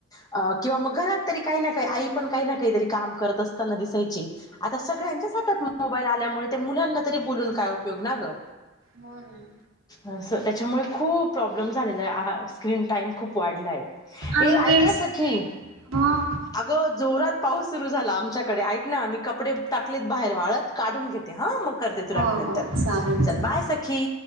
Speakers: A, on the left; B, on the right.
A: अ किंवा मग घरात तरी काही ना काही आई पण काही ना काहीतरी काम करत असताना दिसायची. आता सगळ्यांच्याच हातात मोबाईल आल्यामुळे त्या मुलांना तरी बोलुन काय उपयोग ना ग
B: हो न.
A: अस त्याच्यामुळे खूप प्रॉब्लेम झालेला आहे स्क्रीन टाइम खूप वाढलाय. हे
B: आणि
A: ऐक
B: तेच
A: ना सखी
B: हा
A: अगं जोरात पाऊस सुरू झाला आमच्याकडे ऐक ना मी कपडे टाकलेत बाहेर वाळत काढून घेते हा मग करते
B: हो
A: तुला मी नंतर
B: हो चालेल चालेल
A: चल बाय सखी.